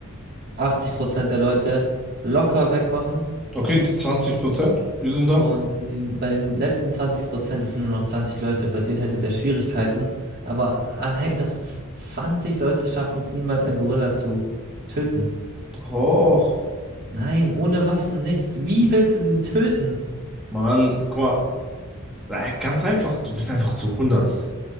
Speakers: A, on the right; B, in the centre.
A: 80% der Leute locker wegmachen.
B: Okay, die 20 Prozent, die sind da.
A: Und die, bei den letzten 20 Prozent, es sind nur noch 20 Leute, bei denen hätte der Schwierigkeiten. Aber allein, dass 20 Leute schaffen es niemals, einen Gorilla zu töten.
B: Doch,
A: Nein, ohne Waffen, nix. Wie willst du den töten?
B: Mann, guck mal, Ja, ganz einfach, du bist einfach zu 100.